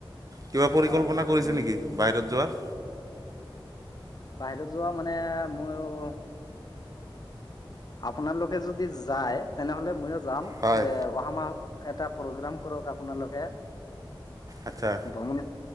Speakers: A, on the right (about 40°); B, on the left (about 45°).
A: কিবা পৰিকল্পনা
B: হয় হয়
A: কৰিছে
B: উম
A: নেকি বাহিৰত যোৱাৰ।
B: বাহিৰত যোৱা মানে মইও। আপোনালোকে যদি যায় তেনেহলে মইও যাম
A: হয়
B: এ অহা মাহত। এটা প্ৰগ্ৰাম কৰক আপোনালোকে
A: আচ্ছা
B: ভ্ৰমণ।